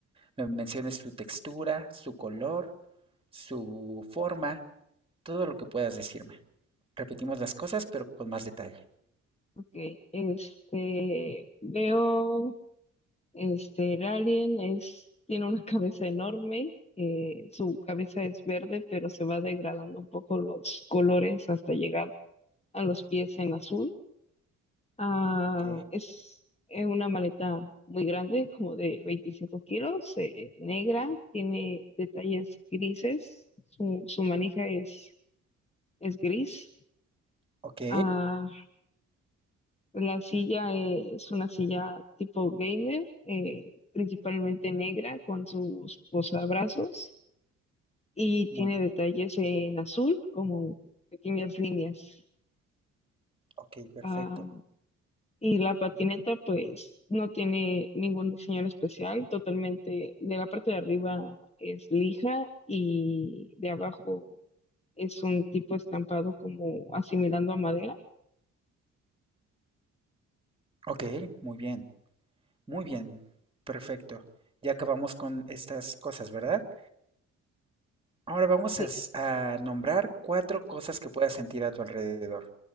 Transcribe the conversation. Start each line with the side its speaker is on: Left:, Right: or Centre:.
Right: Me menciones su textura, su color, su forma, todo lo que puedas decirme. Repetimos las cosas, pero con más detalle.
Left: Ok, este, veo Este, el alien es, tiene una <laughs> cabeza enorme, eh, su cabeza es verde, pero se va degradando un poco los colores hasta llegar a los pies en azul. Ah,
Right: Ok,
Left: es eh, una maleta muy grande, como de 25 kilos, eh, negra, tiene detalles grises, su, su manija es, es gris.
Right: ok,
Left: Ah, La silla eh, es una silla tipo gamer, eh, principalmente negra con sus posabrazos y tiene
Right: muy bien,
Left: detalles en azul como pequeñas líneas.
Right: ok, perfecto.
Left: Ah, y la patineta pues no tiene ningún diseño en especial, totalmente de la parte de arriba es lija y de abajo es un tipo estampado como asimilando a madera.
Right: Ok, muy bien, muy bien, perfecto. Ya acabamos con estas cosas, ¿verdad? Ahora vamos
Left: Sí,
Right: a, s- a nombrar cuatro cosas que puedas sentir a tu alrededor.